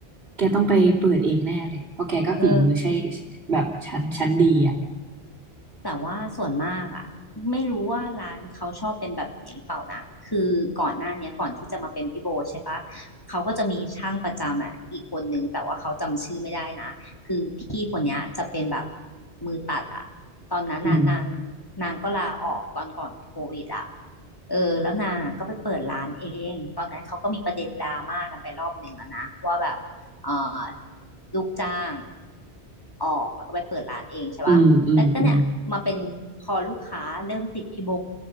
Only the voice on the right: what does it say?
แกต้องไปเปิดเองแน่เลยเพราะแกก็ฝีมือใช่
แบบชั้นชั้นดีอ่ะ
อืม
อืมอืมอืม